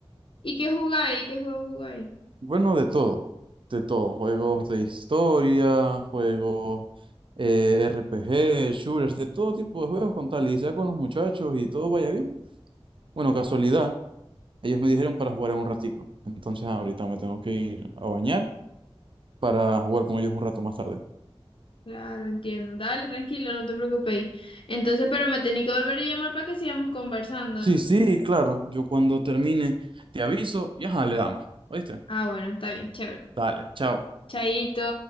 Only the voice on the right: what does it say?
Bueno, de todo, de todo. Juegos de historia, juegos eh, RPG, shooters, de todo tipo de juegos con tal y sea con los muchachos y todo vaya bien. Bueno, casualidad. Ellos me dijeron para jugar en un ratico. Entonces ahorita me tengo que ir a bañar para jugar con ellos un rato más tarde.
Sí, sí, claro. Yo cuando termine te aviso y ajá, le damos. ¿Oíste?
Dale, chao.